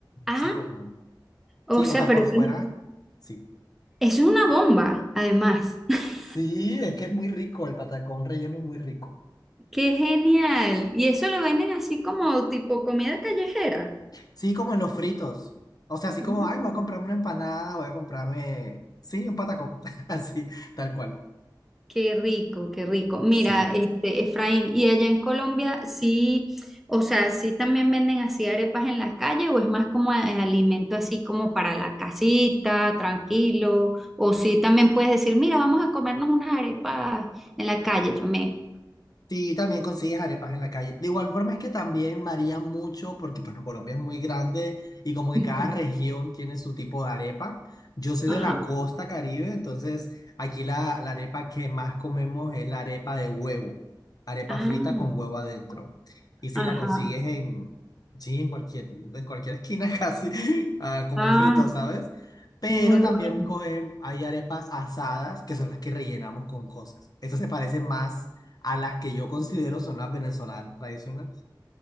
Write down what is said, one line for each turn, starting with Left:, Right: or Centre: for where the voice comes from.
Centre: Ah,
Left: sí, como,
Centre: o
Left: sí,
Centre: sea,
Left: o sea,
Centre: pero
Left: por
Centre: eso,
Left: fuera, sí.
Centre: eso es una bomba, además. <laughs>
Left: Sí, es que es muy rico, el patacón relleno es muy rico.
Centre: Qué genial. Y eso lo venden así como tipo comida callejera.
Left: Sí, como en los fritos. O sea, así
Centre: Mm.
Left: como, ay, voy a comprarme una empanada, voy a comprarme, sí, un patacón. <laughs> Así, tal cual.
Centre: Qué rico, qué rico. Mira,
Left: Sí.
Centre: este, Efraín, ¿y allá en Colombia sí, o sea, sí también venden así arepas en la calle o es más como a- alimento así como para la casita, tranquilo? O sí también puedes decir, mira, vamos a comernos unas arepas en la calle también.
Left: Sí, también consigues arepas en la calle. De igual forma es que también varía mucho porque bueno, Colombia es muy grande y como que
Centre: Ujú.
Left: cada región tiene su tipo de arepa. Yo soy
Centre: Ajá,
Left: de la costa Caribe, entonces aquí la, la arepa que más comemos es la arepa de huevo, arepa
Centre: ah,
Left: frita con huevo adentro. Y si
Centre: ajá,
Left: la consigues en, sí, en cualquier, en cualquier esquina <laughs> casi, a comer
Centre: ah,
Left: frito, ¿sabes? Pero
Centre: muy
Left: también
Centre: bueno.
Left: cogen, hay arepas asadas que son las que rellenamos con cosas. Estas se parecen más a las que yo considero son las venezolanas tradicionales.